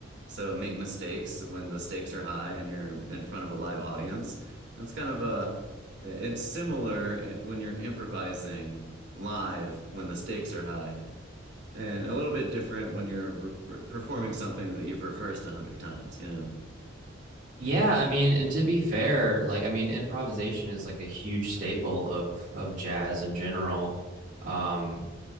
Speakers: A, on the right; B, on the right.
A: So make mistakes when the stakes are high and you're in front of a live audience. That's kind of a it's similar when you're improvising live when the stakes are high and a little bit different when you're re re- performing something that you've rehearsed a hundred times, you know?
B: Yeah, I mean, and to be fair, like I mean, improvisation is like a huge staple of of jazz in general. Um,